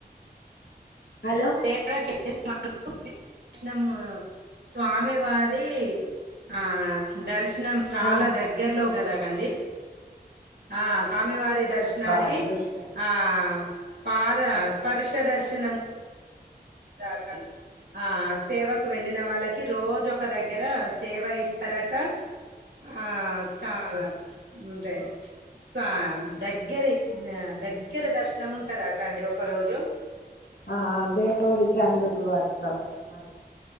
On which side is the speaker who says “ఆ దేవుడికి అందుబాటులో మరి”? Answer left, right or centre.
Left